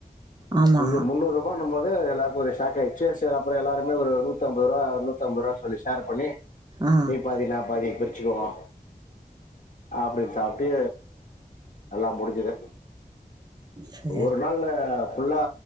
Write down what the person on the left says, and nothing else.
இங்க முன்னூர் பானு போது எல்லாருக்கு ஒரு சாக் ஆய்ச்சு செரி அப்ற எல்லாருமே ஒரு நூத்தம்ரூவா நூத்தம் ரூவா சொல்லி ஷேர் பண்ணி
நீ பாதி நா பாதி பிரிச்சுக்குவோ அப்டின் சாப்ட்டு எல்லா முடுஞ்சுது
ஒரு நாள்ல ஃபுல்லா